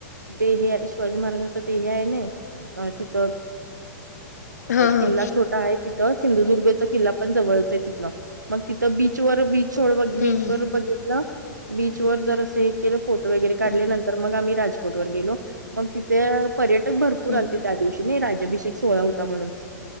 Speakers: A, on the right (about 80°); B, on the left (about 60°).
A: ते हे आहे शिवाजी महाराजांच देह आहे. ना अ तिथं
B: हां, हां.
A: किल्ला छोटा आहे ति- सिंधुदुर्गचा किला पण जवळच आहे तिथनं मग तिथं बीचवर बी-
B: हं,
A: बीच
B: हं.
A: वर बघितलं बीच वर जर असं हे केलं फोटो वगैरे काढले
B: हं,
A: नंतर मग आम्ही राजोट वर गेलो मग तिथे पर्यटक भरपूर
B: हं.
A: आलते त्या दिवशी राजभिषेक सोहळा हो- म्हणून